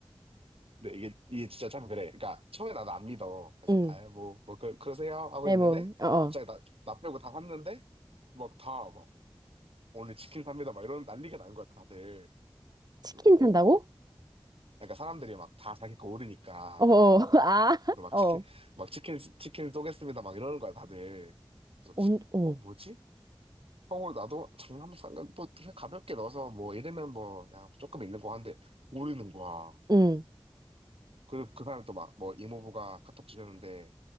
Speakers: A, on the right (about 85°); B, on the right (about 45°).
A: 근데 이게, 이게 진짜 참 그래. 그러니까, 처음에 나도 안 믿어. 그래서,
B: 응,
A: 아, 뭐, 뭐, 그, 그러세요? 하고
B: 에
A: 있는데,
B: 뭐, 어어,
A: 갑자기 나, 나 빼고 다 샀는데, 막 다, 막, 오늘 치킨 삽니다. 막 이런 난리가 난 거야, 다들.
B: 치킨
A: 그래서,
B: 산다고?
A: 어? 그러니까 사람들이 막 다 자기 거 오르니까.
B: 어어, <laughs> 아,
A: 그래서 막
B: 어,
A: 치킨, 막 치킨, 치킨 쏘겠습니다. 막 이러는 거야, 다들. 그래서,
B: 온, 어,
A: 어, 뭐지? 하고 나도 장난 삼간 또 그냥 가볍게 넣어서 뭐 이러면 뭐 그냥 조금 있는 거 하는데 오르는 거야.
B: 응,
A: 그리고 그 사람이 또 막 뭐 이모부가 카톡 주셨는데